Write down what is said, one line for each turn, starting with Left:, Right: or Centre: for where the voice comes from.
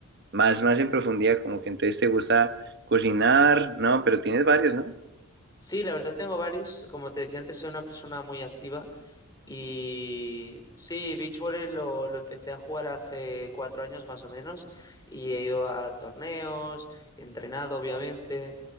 Right: más, más en profundidad, como que entonces te gusta cocinar, ¿no? Pero tienes varios, ¿no?
Left: Sí, la verdad tengo varios. Como te decía antes, soy una persona muy activa. Y sí, beach volley lo, lo empecé a jugar hace cuatro años más o menos y he ido a torneos, he entrenado obviamente